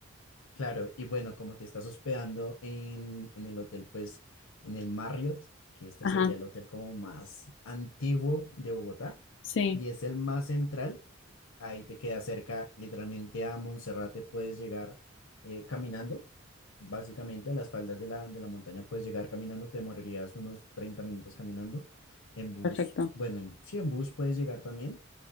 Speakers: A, on the left (about 80°); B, on the left (about 60°).
A: Claro, y bueno, como te estás hospedando en, en el hotel, pues en el Marriott, que este
B: Ajá,
A: sería el hotel como más antiguo de Bogotá
B: sí,
A: y es el más central, ahí te queda cerca, literalmente a Monserrate puedes llegar eh, caminando, básicamente a las faldas de la, de la montaña puedes llegar caminando, te demorarías unos 30 minutos caminando, en bus,
B: perfecto.
A: bueno, en, sí, en bus puedes llegar también,